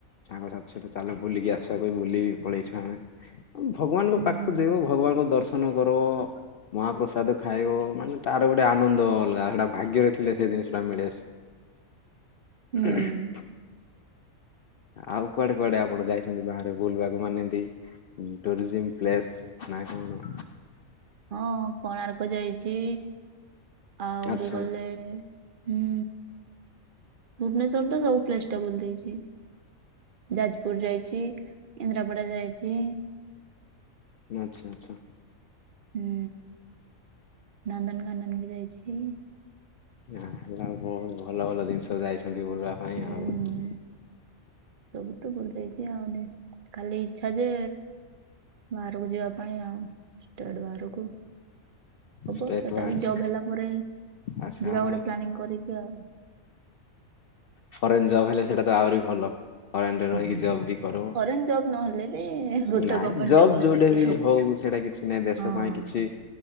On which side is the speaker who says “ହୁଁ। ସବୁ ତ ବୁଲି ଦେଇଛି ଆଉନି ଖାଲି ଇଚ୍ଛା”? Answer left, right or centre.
Right